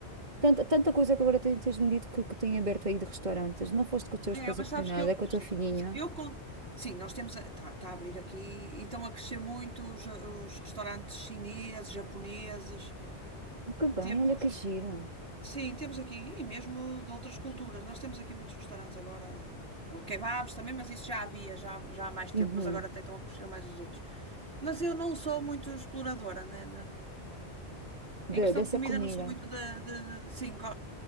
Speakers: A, on the right; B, on the right.
A: Tanta, tanta coisa que agora tens, tens-me dito que, que tem aberto aí de restaurantes. Não foste com o teu
B: É,
A: esposo
B: mas
A: a comer
B: sabes
A: nada,
B: que eu.
A: é com
B: Sim,
A: a tua filhinha.
B: eu, con- sim nós temos. Está a tá- tá a abrir aqui e estão a crescer muito os, os restaurantes chineses, japoneses.
A: Que bem,
B: Temos.
A: olha que giro.
B: Sim, temos aqui. E mesmo de outras culturas. Nós temos aqui muitos restaurantes agora. Ou kebabs também, mas isso já havia já, já há mais tempo.
A: Uhum.
B: Mas agora até estão a crescer mais os outros. Mas eu não sou muito exploradora, né?
A: De-
B: Em questão
A: dessa
B: de comida,
A: comida.
B: não sou muito de, de- de- sim, go-